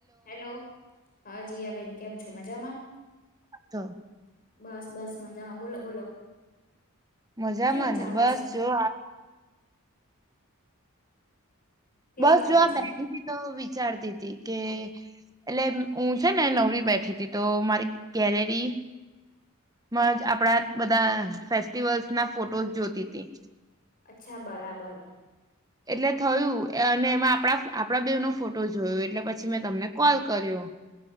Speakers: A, on the left; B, on the right.
A: Hello, હા જિયાબેન, કેમ છો, મજામાં?
B: તો
A: બસ બસ મજામાં બોલો બોલો.
B: મજામાં
A: કેવું ચાલે
B: ને બસ
A: છે?
B: જો
A: કેવું
B: બસ
A: ચાલે
B: જો આ
A: છે?
B: બેઠી હતી તો વિચારતી હતી કે એટલે હું છે ને નવરી બેઠી હતી, તો મારી ગેલેરી માં જ આપડા બધા ફેસ્ટિવલ્સ ના ફોટોસ જોતી તી.
A: અચ્છા, બરાબર.
B: એટલે થયું અને એમાં આપણા આપણા બેવનો ફોટો જોયો, એટલે પછી મેં તમને કોલ કર્યો.